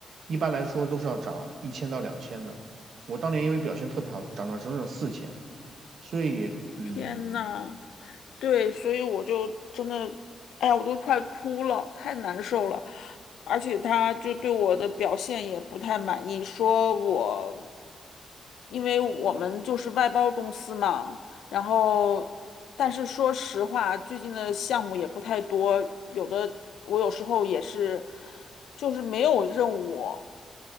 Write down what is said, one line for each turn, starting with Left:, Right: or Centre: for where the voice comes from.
Right: 一般来说都是要涨一千到两千的。我当年因为表现特别好，涨了整整四千，所以嗯，
Left: 天呐！对，所以我就真的，哎呀，我都快哭了，太难受了。而且他就对我的表现也不太满意，说我，因为我们就是外包公司嘛，然后，但是说实话，最近的项目也不太多，有的我有时候也是，就是没有任务，